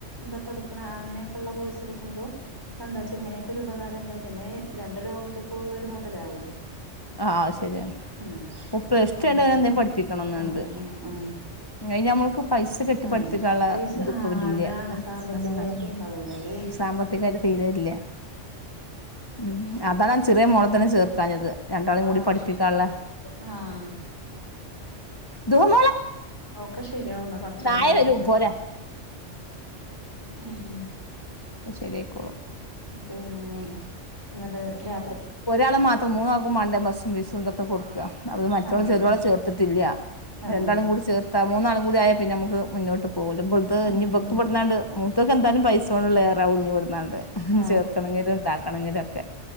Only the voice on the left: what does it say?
ആഹ് അത് ശരിയാണ്
പ്ലസ് ടു
കഴിഞ്ഞാ എന്തേലും പഠിപ്പിക്കണംന്നുണ്ട്
അയ്ന് നമ്മൾക്ക് പൈസ കെട്ടി
പഠിപ്പിക്കാനുള്ള
ഇതിപ്പോ
ഇല്ല
ആഹ്
സാമ്പത്തികായിട്ട് തീരെ ഇല്ല ഉം അതാണ് ചെറിയ മോള തന്നെ ചേർക്കാഞ്ഞത് രണ്ടാളും കൂടി
പഠിപ്പിക്കാനുള്ള
ധോം
നായ വരും
പോരാ
അപ്പോ ശരിയായിക്കോളും
ഒരാളെ മാത്രം മൂന്നാക്കും വേണ്ടേ ബസ് ഫീസുംഅതൊക്കെ കൊടുക്ക അത് മറ്റുള്ള
ചെറിയോളെ
ചേർത്തിട്ടില്ല്യ
രണ്ടാളും കൂടി ചേർ മൂന്നാളും കൂടി ആയാ പിന്നെ നമക്ക് മുന്നോട്ട് പോകില്ലുത്
ഇനിപ്പം ഇവക്ക്
ഇവ്ട്ന്നായൊണ്ട് ഇവക്ക്ക്കെന്തായാലും പൈസ കൊണ്ടുള്ള ഉഞ്ഞ് വിടുന്നാണ്ട്
ചേർക്കണമവെങ്കിലും ഉണ്ടാക്കണെങ്കിലും ഒക്കെ